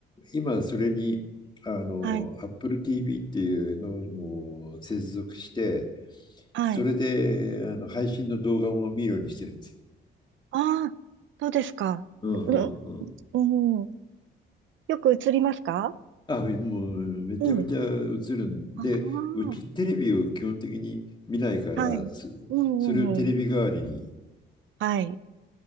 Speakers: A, on the left; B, on the right.
A: 今それに、あの、
B: はい。
A: Apple TV っていうのも接続して、
B: はい。
A: それであの配信の動画も見るようにしてるんです。
B: ああ、そうですか。
A: うんうん
B: うん、うん。よく映りますか
A: あ、もうめちゃめちゃ映るんで、
B: うん。あ
A: うちテレビを基本的に見ないから、
B: あ、はい。
A: つそれをテレビ代わりに
B: うんうんうん。はい。